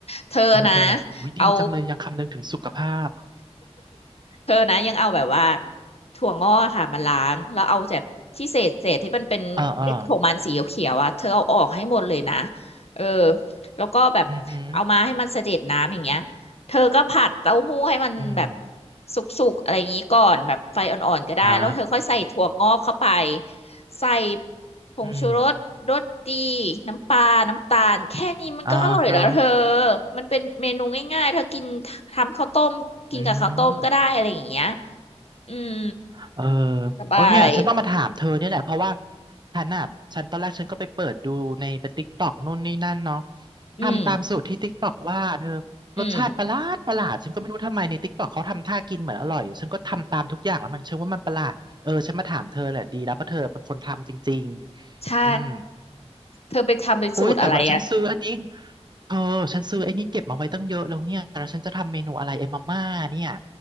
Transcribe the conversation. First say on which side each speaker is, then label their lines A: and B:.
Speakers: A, on the left (about 65°); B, on the right (about 40°).
A: เธอนะ
B: เออเอออุ้ยดีจังเลยยังคำนึงถึงสุขภาพ
A: เอาเธอนะยังเอาแบบว่าถั่วงอกค่ะมาล้างแล้วเอาแบบที่เศษเศษที่มันเป็นเม็ดของมันสีเขียวๆอ่ะเธอเอาออกให้หมดเลยนะ
B: อ่าอ่า
A: เออแล้วก็แบบเอามาให้มันเสด็จน้ำอย่างเงี้ยเธอก็ผัดเต้าหู้ให้มันแบบ
B: อือหืออืม
A: สุกๆอะไรอย่างงี้ก่อนแบบไฟอ่อนๆก็ได้แล้วเธอค่อยใส่ถั่วงอกเข้าไป
B: อ่า
A: ใส่ ผงชูรสรสดี
B: อืม
A: น้ำปลาน้ำตาล แค่นี้มันก็อร่อยแล้วเธอ
B: อ่าฮะ
A: มันเป็นเมนูง่ายๆเธอกินทำข้าวต้มกินกับข้าวต้มก็ได้อะไรอย่างเงี้ย
B: อืม
A: อืม
B: เออ
A: สบาย
B: เออเนี่ยฉันต้องมาถามเธอเนี่ยแหละเพราะว่าฉันอ่ะฉันตอนแรกฉันก็ไปเปิดดูในติ๊กต็อกนู่นนี่นั่นเนาะ
A: อืม
B: ทำตามสูตรที่ติ๊กต็อกว่าเธอ
A: อืม
B: รสชาติประหลาดประหลาดฉันก็ไม่รู้ทำไมในติ๊กต็อกเขาทำท่ากินเหมือนอร่อยฉันก็ทำตามทุกอย่างแล้วมันเชื่อว่ามันประหลาดเออฉันมาถามเธอแหละดีแล้วเพราะเธอเป็นคนทำจริงๆอืม
A: ใช่ เธอไปทำเป็นสูตรอะไรอะ
B: โอ้ยแต่ว่าฉันซื้ออันนี้เธอฉันซื้อไอ้นี่เก็บมาไว้ตั้งเยอะแล้วเนี่ยแล้วฉันจะทำเมนูอะไรไอ้มาม่าเนี่ย